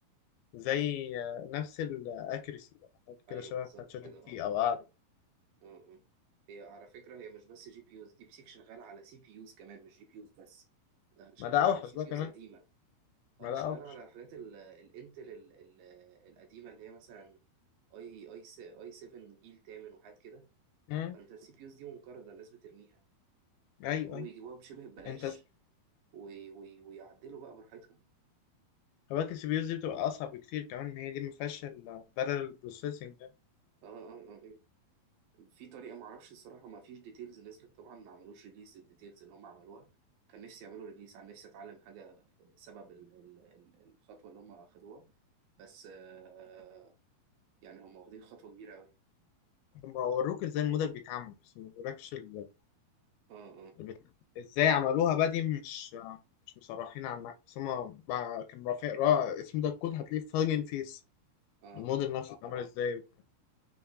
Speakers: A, on the left; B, on the right.
A: زي آه، نفس الاكريسي ولا حاجه كده
B: ايوه
A: شبه
B: بالظبط
A: بتاعت شات
B: كده
A: جي بي
B: اه
A: تي
B: اه
A: او اعلى
B: اه آه. هي على فكرة هي مش بس جي بي يوز ديب سيك شغالة على سي بي يوز كمان مش جي بي يوز بس ده شغالة
A: ما ده اوحش
B: على سي
A: بقى
B: بي
A: كمان
B: يوز قديمة
A: ما
B: اه
A: ده
B: شغال
A: اوحش
B: على حاجات ال- الانتل ال- ال- القديمه اللي هي مثلا اي اي س- اي 7 جيل تامن وحاجات كده
A: امم
B: فانت السي بي يوز دي منقرضه الناس بترميها
A: ايوه
B: فهو
A: ايوه
B: يجيبوها بشبه ببلاش
A: انت س-
B: وي- وي- ويعدلوا بقى براحتهم
A: كمان السي بي يوز دي بتبقى اصعب بكتير كمان ان هي دي ما فيهاش البارل بروسيسنج ده
B: اه اه اه آه. في طريقه معرفش الصراحه ما فيش ديتيلز نزلت طبعا ما عملوش ريليس الديتيلز اللي هم عملوها كان نفسي يعملوا ريليس عن نفسي اتعلم حاجه سبب ال- ال- ال- الخطوه اللي هم اخدوها بس آه يعني هم واخدين خطوه كبيره قوي
A: هم وروك ازاي الموديل بيتعمل بس ما وروكش ال-
B: اه اه
A: البتاع. ازاي عملوها بقى دي مش آه، مش مصرحين عنها بس هم بقى- كان رافع را اسمه ده الكود هتلاقيه في هاجن فيس
B: اه
A: الموديل
B: اه
A: نفسه اتعمل ازاي